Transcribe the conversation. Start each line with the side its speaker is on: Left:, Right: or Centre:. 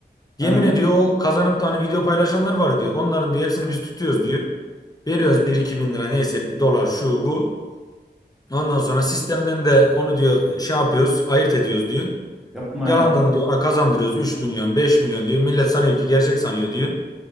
Left: Yemin
Centre: Aha,
Left: ediyor o kazanıp da hani video paylaşanlar var diyor. Onların diyor hepsini biz tutuyoruz diyor. Veriyoruz bir iki bin lira neyse bir dolar şu bu. Ondan sonra sistemden de onu diyor şey yapıyoruz ayırt ediyoruz diyor.
Centre: yapma
Left: Yalandan
Centre: ya.
Left: diyor ona kazandırıyoruz 3 milyon 5 milyon diyor. Millet sanıyor ki gerçek sanıyor diyor.